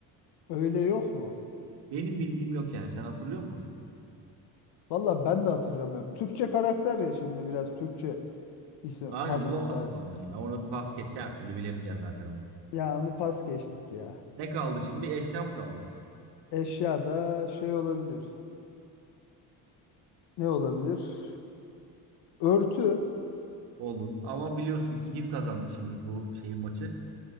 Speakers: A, on the left (about 85°); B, on the right (about 80°).
A: Öyle yok mu?
B: Benim bildiğim yok yani. Sen hatırlıyor musun?
A: Valla ben de hatırlamıyorum. Türkçe karakter ya şimdi biraz Türkçe isim
B: Aynen
A: harf
B: bulamazsın
A: da.
B: onu ya. Onu pas geçer her türlü bilemeyeceksin zaten onu.
A: Ya onu pas geçtik ya.
B: Ne kaldı şimdi? Bir eşya mı kaldı?
A: Eşya da şey olabilir. Ne olabilir? Örtü.
B: Olur. Ama biliyorsun ki kim kazandı şimdi bu şeyin maçı?